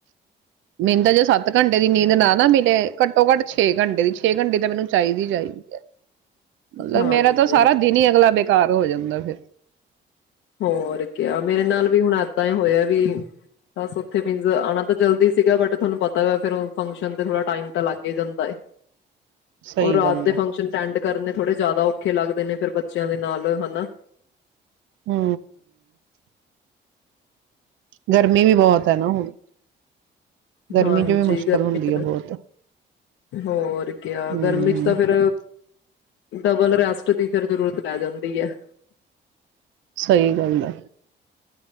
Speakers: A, on the right (about 75°); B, on the left (about 80°).
A: ਮੈਨੂ ਤੇ ਜੇ ਸੱਤ ਘੰਟੇ ਦੀ ਨੀਂਦ ਨਾਲ ਮੈਨਰੇ ਘੱਟੋ ਘੱਟ ਛੇ ਘੰਟੇ ਦੀ ਛੇ ਘੰਟੇ ਤਾਂ ਮੈਨੂੰ ਚਾਹੀਦੀ ਚਾਹੀਦੀ ਹੈ ਮਤਲਬ
B: ਹਾਂਜੀ
A: ਮੇਰਾ ਤਾਂ ਸਾਰਾ ਦਿਨ ਹੀ ਅਗਲਾ ਬੇਖ ਘਰ ਹੋ ਜਾਂਦਾ ਫਿਰ
B: ਹੋਰ ਕੇਹਾ ਮੇਰੇ ਨਾਲ ਵੀ ਹੁਣ ਏਦਾਂ ਹੀ ਹੋਇ ਵੀ ਬ ਉਥੇਨ ਆਉਣਾ ਤਾਂ ਜਲਦੀ ਸੀਗਾ ਬਟ ਤੁਾਨੂੰ ਪਤਾ ਵ ਫੰਕਸ਼ਨ ਤੇ ਥੋੜਾ ਟਾਇਮ ਲੱਗ ਹੀ ਜਾਂਦਾ ਹੈ
A: ਸਹੀ
B: ਔ ਰਾਤ
A: ਗੱਲ
B: ਦੇ
A: ਐ।
B: ਫੰਕਸ਼ਨ ਅਟੈਂਡ ਕਰਨੇ ਥੋੜੇ ਜ਼ਿਆਦਾ ਔਖੇ ਲੱਗਦੇ ਨੇ ਫਿਰ ਬੱਚਿਆਂ ਦੇ ਨਾਲ ਹੈਨਾ
A: ਹੂ ਗਰਮੀ ਵੀ ਬਹੁਤ ਹੈ ਨਾ ਹੁਣ ਗਰਮੀ
B: ਹਾਂਜੀ
A: ਚ ਵੀ ਮੁਸ਼ਕਿਲ
B: ਗਰਮੀ
A: ਹੁੰਦੀ ਐ ਬਹੁਤ।
B: ਹੋਰ ਕਯਾ
A: ਹੂੰ,
B: ਗਰਮੀ ਚ ਤਾਂ ਫਿਰ ਡਬਲ ਰੈਸਟ ਦੀ ਫਿਰ ਜ਼ਰੂਰਤ ਪੈ ਜਾਂਦੀ ਹੈ
A: ਸਹੀ ਗੱਲ ਹੈ